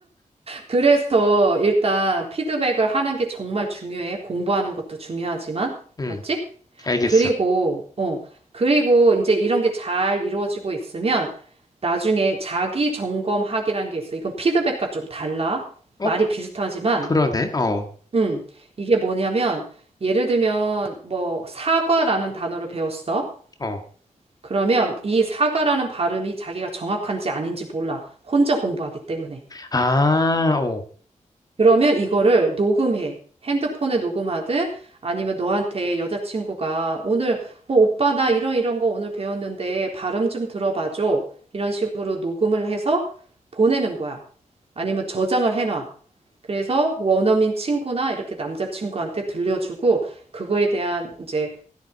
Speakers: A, on the right (about 50°); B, on the left (about 30°).
A: 그래서 일단 피드백을 하는 게 정말 중요해. 공부하는 것도 중요하지만.
B: 음,
A: 알았지?
B: 알겠어.
A: 그리고, 어, 그리고 이제 이런 게 잘 이루어지고 있으면 나중에 자기 점검학이라는 게 있어. 이건 피드백과 좀 달라. 말이
B: 어,
A: 비슷하지만,
B: 그러네. 어,
A: 음, 이게 뭐냐면, 예를 들면, 뭐, 사과라는 단어를 배웠어.
B: 어.
A: 그러면 이 사과라는 발음이 자기가 정확한지 아닌지 몰라. 혼자 공부하기 때문에.
B: 아, 어.
A: 그러면 이거를 녹음해. 핸드폰에 녹음하든 아니면 너한테 여자친구가 오늘 뭐 오빠 나 이런 이런 거 오늘 배웠는데 발음 좀 들어봐줘. 이런 식으로 녹음을 해서 보내는 거야. 아니면 저장을 해놔. 그래서 원어민 친구나 이렇게 남자친구한테 들려주고 그거에 대한 이제